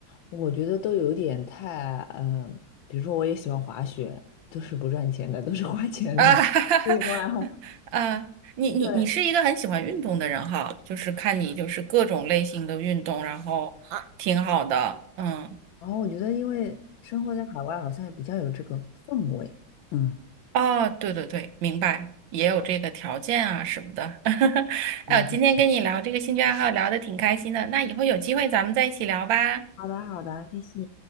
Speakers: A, on the left; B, on the right.
A: 我觉得都有点太，嗯，比如说我也喜欢滑雪，都是不赚钱的，都是花钱的
B: <laughs> 啊，哈哈哈，
A: <laughs> 运动爱好。
B: 啊，你你你是一个很喜欢运动的人哈，
A: 对，
B: 就是看你就是各种类型的运动，然后挺好的，嗯，
A: 然后我觉得因为生活在海外，好像也比较有这个氛围。嗯，
B: 哦，对对对，明白，也有这个条件啊什么的，<laughs> 哎呦，
A: 我
B: 今天跟你聊这个兴趣爱好聊的挺开心的，那以后有机会咱们再一起聊吧，
A: 好的，好的，谢谢，